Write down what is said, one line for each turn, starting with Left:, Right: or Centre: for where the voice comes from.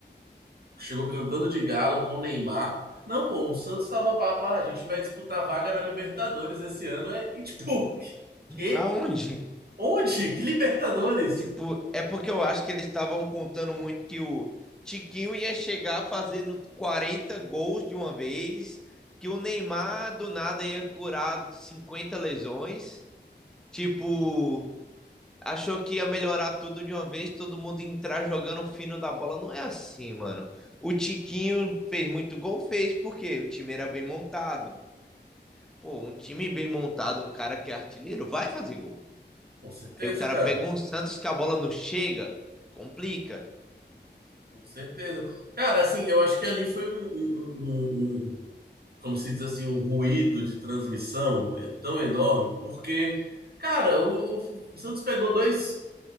Right: chegou cantando de galo com o Neymar. Não, pô, o Santos tava papá, a gente vai disputar vaga na Libertadores esse ano, é- e tipo, <laughs> que?
Centre: Aonde?
Right: Onde? Que Libertadores?
Centre: Tipo, é porque eu acho que eles estavam contando muito que o Tiquinho ia chegar fazendo 40 gols de uma vez, que o Neymar do nada ia curar 50 lesões. Tipo, achou que ia melhorar tudo de uma vez, todo mundo entrar jogando fino da bola. Não é assim, mano. O Tiquinho fez muito gol, fez, porque o time era bem montado. Pô, um time bem montado, um cara que é artilheiro, vai fazer gol.
Right: Com certeza,
Centre: Aí o cara
Right: cara,
Centre: pega um Santos que a bola não chega, complica.
Right: com certeza. Cara, assim, eu acho que ali foi um, um- um- um- um, como se diz assim, um ruído de transmissão é, tão enorme, porque, cara, o o- o Santos pegou dois